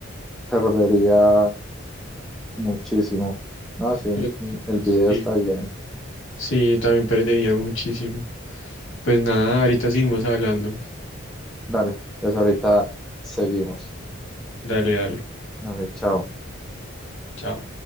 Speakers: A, in the centre; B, on the left.
A: perdería muchísimo. No, sí,
B: Yo-
A: el video
B: Sí,
A: está bien.
B: sí, también perdería muchísimo. Pues nada, ahorita seguimos hablando.
A: Dale, pues ahorita seguimos.
B: Dale, dale.
A: A ver, chao.
B: Chao.